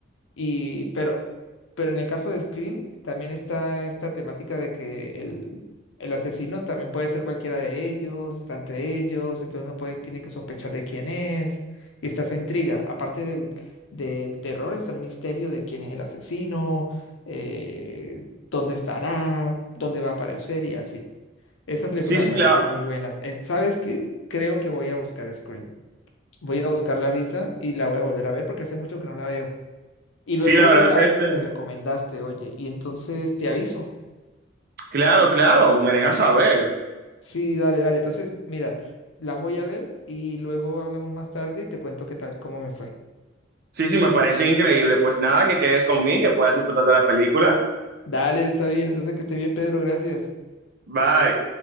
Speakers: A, on the left; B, on the right.
A: Y, pero, pero en el caso de Scream también está esta temática de que el, el asesino también puede ser cualquiera de ellos, está entre ellos, entonces uno puede, tiene que sospechar de quién es, y está esa intriga. Aparte del, del terror está el misterio de quién es el asesino, eh, dónde estará, dónde va a aparecer y así. Esa película
B: Sí, sí,
A: me parece
B: la,
A: muy buena. Eh, ¿Sabes qué? Creo que voy a buscar Scream. Voy a ir a buscarla ahorita y la voy a volver a ver porque hace mucho que no la veo. Y
B: sí,
A: luego
B: la
A: veo
B: verdad,
A: la
B: este,
A: otra que me recomendaste, oye, y entonces te aviso.
B: claro, claro, me deja saber.
A: Sí, dale, dale. Entonces, mira, las voy a ver y luego hablamos más tarde y te cuento qué tal, cómo me fue.
B: Sí, sí, me parece increíble. Pues nada, que quedes conmigo y que puedas disfrutar de la película.
A: Dale, está bien. Entonces, que esté bien, Pedro. Gracias.
B: Bye.